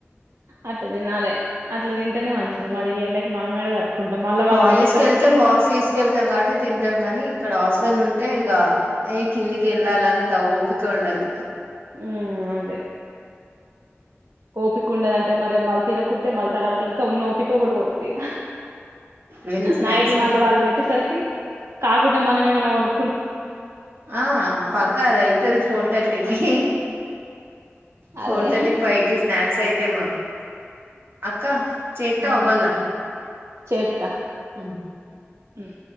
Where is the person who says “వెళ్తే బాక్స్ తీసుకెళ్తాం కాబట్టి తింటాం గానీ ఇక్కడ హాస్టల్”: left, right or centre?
Right